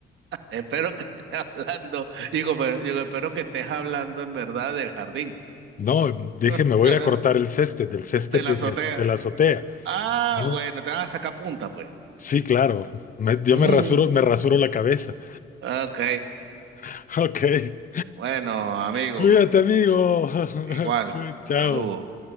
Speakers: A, on the right; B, on the left.
A: <laughs> espero que estés hablando, digo, pero- digo, espero que estés hablando en verdad del jardín,
B: No, dije,
A: <laughs>
B: me voy
A: de
B: a ir a cortar el césped, el césped
A: la
B: de,
A: azotea.
B: mi azo- de la azotea.
A: Ah,
B: ¿No?
A: bueno, te vas a sacar punta, pues.
B: Sí, claro. Me- yo
A: Mm,
B: me rasuro, me rasuro la cabeza.
A: ok.
B: <laughs> Ok. <laughs>
A: Bueno, amigo,
B: Cuídate, amigo.
A: igual.
B: <laughs> Chao.
A: Saludos.